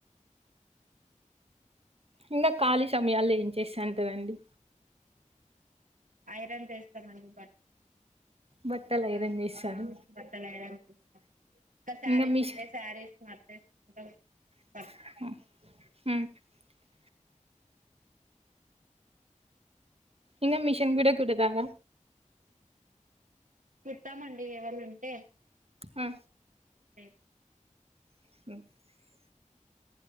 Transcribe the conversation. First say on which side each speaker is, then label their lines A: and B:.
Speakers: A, on the right (about 50°); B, on the right (about 80°).
A: ఇంకా ఖాళీ సమయాల్లో ఏం చేస్తాంటరూ అండి
B: ఐరన్ చేస్తామండి బట్టలు
A: బట్టలు
B: ఇంకా
A: ఐరన్ చేస్తారు
B: ఆ బట్టలు ఐరన్ ఇంకా శారీస్
A: ఇంగ మిషన్
B: ఉంటే శారీస్ <unintelligible>
A: <inaudible> ఇంకా మిషన్ కూడా కూడుతార
B: కూడ్తామండి ఎవరు ఉంటే
A: ఆ
B: కె <unintelligible>
A: <unintelligible>